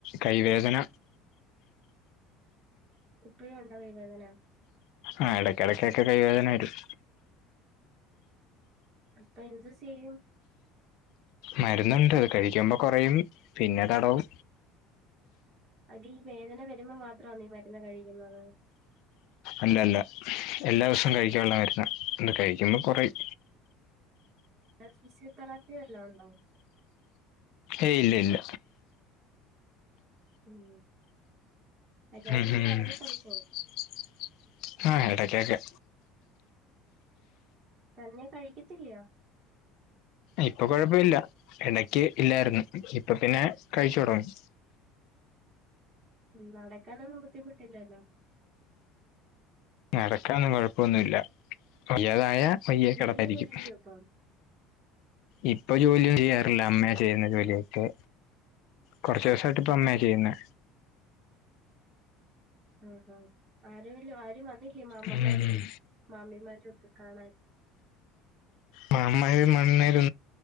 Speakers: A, on the left (about 65°); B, on the right (about 30°).
A: കൈവേദന.
B: ഇപ്പഴും ഉണ്ടോ കൈ വേദന.
A: ആഹ് എടയ്ക്കിടക്കൊക്കെ കൈ വേദന വരും.
B: അപ്പൊ എന്തു ചെയ്യും.
A: മരുന്നുണ്ട് അത് കഴിക്കുമ്പോ കുറയും പിന്നെ തടവും.
B: അതി വേദന വരുമ്പോ മാത്രന്നൊ ഈ മരുന്ന് കഴിക്കുന്നത്.
A: അല്ലല്ല എല്ലാ ദിവസവും കഴിക്കാനുള്ള മരുന്ന അത് കഴിക്കുമ്പോ കുറയും.
B: ഫിസിയോ തെറാപ്പി വല്ലതും ഉണ്ടോ?
A: ഏയ്‌ ഇല്ല ഇല്ല.
B: ഉം വല്ലാതെ
A: ഉം
B: നീ തടവി കൊടുക്കോ?
A: <inaudible> ആഹ് എടക്കൊക്കെ.
B: തന്നെ കഴിക്കത്തില്ലെയോ.
A: ഇപ്പൊ കൊഴപ്പമില്ല ഇടക്ക് ഇല്ലായിരുന്നു ഇപ്പൊ പിന്നെ കഴിച്ചു തുടങ്ങി.
B: ഉം നടക്കാനൊന്നും ബുദ്ധിമുട്ടില്ലല്ലോ?
A: നടക്കാനൊന്നും കൊഴപ്പൊന്നുല്ല വയ്യാതായ വയ്യെ കിടത്താരിക്കും.
B: ജോലിയൊക്കെ ചെയ്യോ ഇപ്പം
A: ഇപ്പൊ ജോലിയൊന്നും ചെയ്യാറില്ല അമ്മയ ചെയ്യുന്നെ ജോലിയൊക്കെ കുറച്ച് ദിവസായിട്ട് ഇപ്പൊ അമ്മയ ചെയ്യുന്നെ.
B: ആഹ് ആഹ് ആരേലും ആരും വന്നില്ലേ മാമമ്മാരും
A: ഉം
B: മാമ്മിമാരും ഒക്കെ കാണാൻ.
A: മാമമ്മാര്.